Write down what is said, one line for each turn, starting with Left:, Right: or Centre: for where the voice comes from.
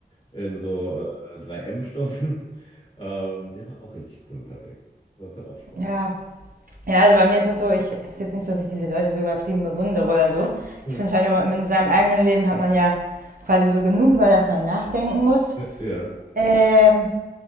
Left: in so äh, 3M-Stoffen. <laughs> Ähm, der war auch richtig cool unterwegs. Das hat auch Spaß
Right: Ja.
Left: gemacht.
Right: Ja, also bei mir ist das so, ich, es ist jetzt nicht so, dass ich diese Leute so übertrieben bewundere oder so.
Left: Hm.
Right: Ich finde halt, immer, in seinem eigenen Leben hat man ja quasi so genug, über das man nachdenken muss.
Left: Ja, ja,
Right: ähm,